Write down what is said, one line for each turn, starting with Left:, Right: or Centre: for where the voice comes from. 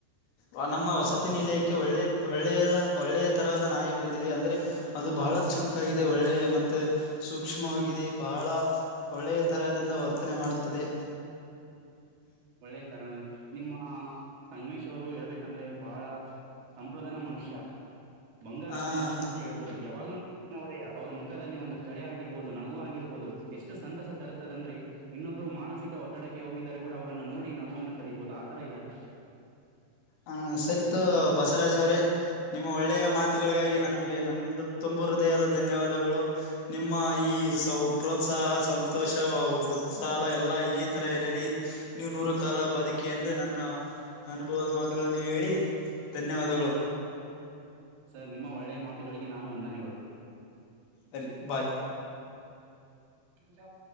Left: ಹ ನಮ್ಮ ವಸತಿ
Right: ಅದೇ
Left: ನಿಲೆ
Right: ಅದೇ
Left: ಕ್ಕೆ ಒಳ್ಳೆ ಒಳ್ಳೆಯದ ಒಳ್ಳೆ ತರಹದ ನಾಯಿ ಬಂದಿದೆ ಅಂದರೆೆ ಅದು ಬಹಳ ಚುರುಕಾಗಿದೆ ಒಳ್ಳೆ ಮತ್ತೆ ಸೂಕ್ಷ್ಮವಾಗಿದೆ ಬಹಳ ಒಳ್ಳೆಯ ತರಹದಿಂದ ವರ್ತನೆ ಮಾಡುತ್ತದೆ
Right: ಒಳ್ಳೆ ತರ ನಿಮ್ಮ ಸಂಗಮೇಶ್ ಅವರು ಹಳ್ಬೇಕಂದ್ರೆ ಬಾಳ ಸಂಪ್ರದಾನ ಮನುಷ್ಯ ಬಂಗಾರದ
Left: ಆ
Right: ಮನುಷ್ಯ ಅಂತ ಹೇಳ್ಬೋದು ಯಾವಾಗ್ಲು ಒಡೆಯ್ಯ ಅವರ ಮುಖದಲ್ಲಿ ಒಂದು ಕಳೆ ಆಗಿರ್ಬೋದು ನಗು ಆಗಿರ್ಬೋದು ಎಷ್ಟು ಸಂತಸ ತರುತ್ತದೆ ಅಂದ್ರೆ ಇನ್ನೊಬ್ರು ಮಾನಸಿಕ ಒತ್ತಡಕ್ಕೆ ಹೋಗಿದಿದ್ದಾರೆ ಕೂಡ ಅವರನ್ನ ನೋಡಿ ನಗುವನ್ನು ಕಲಿಬಹುದು ಆತರ ಇದಾರೆ
Left: ಹ ಸರಿತು ಬಸವರಾಜ್ ಅವ್ರೆ ನಿಮ್ಮ ಒಳ್ಳೆಯ ಮಾತುಗಳಿಗಾಗಿ
Right: ಸರ್
Left: ನನಗೆ ನನ್ನಂದು ತುಂಬು ಹೃದಯದ ಧನ್ಯವಾದಗಳು ನಿಮ್ಮ ಈ ಸ ಪ್ರೋತ್ಸಾಹ ಸಂತೋಷ ಉತ್ಸಾಹ ಎಲ್ಲ ಈಗೇ ಥರ ಇರಲಿ ನೀವು ನೂರು ಕಾಲ ಬದುಕಿ ಎಂದು ನನ್ನ ಅನುಭವ ಮಾ ಗಳನ್ನು ಹೇಳಿ ಧನ್ಯವಾದಗಳು
Right: ಸರ್ ನಿಮ್ಮ ಒಳ್ಳೆಯ ಮಾತುಗಳಿಗೆ ನಾನು ವಂದನೆಗಳು
Left: ಸರಿ ಬಾಯ್
Right: ಜ